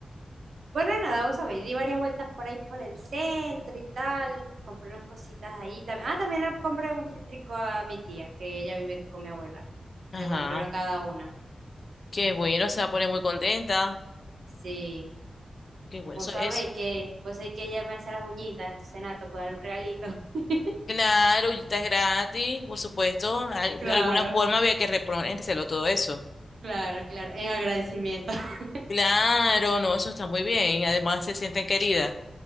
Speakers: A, on the right (about 80°); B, on the left (about 45°).
A: Bueno, nada, vos sabéis, di varias vueltas por ahí por el centro y tal. Compré unas cositas ahí también. Ah, también le compré un filtrico a mi tía, que ella vive con mi abuela.
B: Ajá,
A: Le compré una a cada una.
B: qué bueno, se va a poner muy contenta.
A: Sí.
B: Qué bueno,
A: Vos
B: eso
A: sabéis
B: es.
A: que, vos sabéis que ella me hace las uñitas, entonces nada, tocó darle un regalito. <laughs>
B: Claro, y está gratis, por supuesto. al-
A: Claro.
B: De alguna forma había que reponérselo todo eso.
A: Claro, claro, en agradecimiento. <laughs>
B: Claro, no, eso está muy bien. Además se sienten queridas.